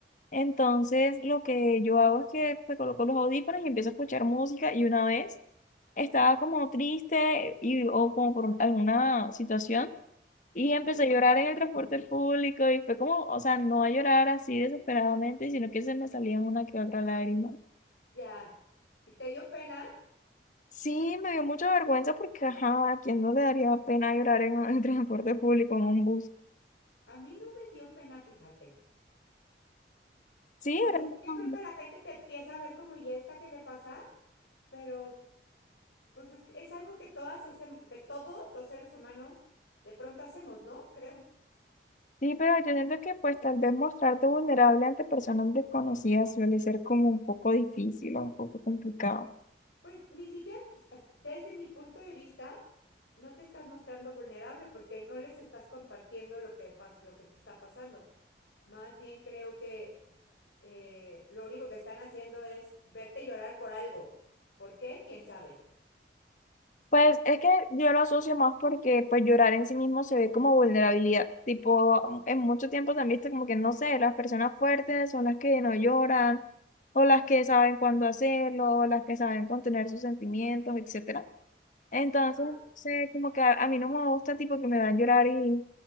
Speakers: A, on the left; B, on the left.
A: Entonces, lo que yo hago es que me coloco los audífonos y empiezo a escuchar música y una vez estaba como triste y, o como por alguna situación y empecé
B: Sí,
A: a llorar en el transporte público y fue como, o sea, no a llorar así desesperadamente, sino que se me salían una que otra lágrima.
B: ya. ¿Y te dio pena?
A: Sí, me dio mucha vergüenza porque, ajá, ¿a quién no le daría pena llorar en el transporte público, en un bus?
B: A mí no me dio pena, fíjate.
A: Sí,
B: O sea,
A: era... normal.
B: sí de pronto la gente te empieza a ver como, ¿y esta qué le pasa? Pero, pues es, es algo que todas hacemos, que todos los seres humanos de pronto hacemos, ¿no? Creo.
A: Sí, pero yo siento que pues tal vez mostrarte vulnerable ante personas desconocidas suele ser como un poco difícil o un poco complicado.
B: Pues ni siquiera, desde mi punto de vista, no te estás mostrando vulnerable porque no les estás compartiendo lo que, pas lo que te está pasando. Más bien creo que eh, lo único que están haciendo es verte llorar por algo. ¿Por qué? ¿Quién sabe?
A: Pues es que yo lo asocio más porque pues llorar en sí mismo se ve como vulnerabilidad. Tipo, en mucho tiempo también está como que no sé, las personas fuertes son las que no lloran o las que saben cuándo hacerlo, o las que saben contener sus sentimientos, etcétera Entonces,
B: Ajá.
A: no sé, como que a, a mí no me gusta tipo que me van a llorar y,